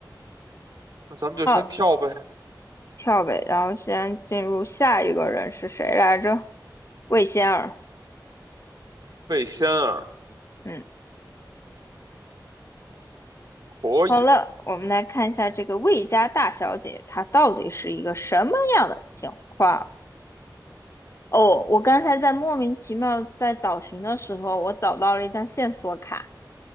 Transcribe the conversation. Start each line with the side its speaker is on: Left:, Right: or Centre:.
Right: 那咱们就先跳呗。
Left: 好跳呗，然后先进入下一个人是谁来着？魏仙儿，
Right: 魏仙儿
Left: 嗯，
Right: 可以
Left: 好了，我们来看一下这个魏家大小姐她到底是一个什么样的情况。哦，我刚才在莫名其妙在找寻的时候，我找到了一张线索卡，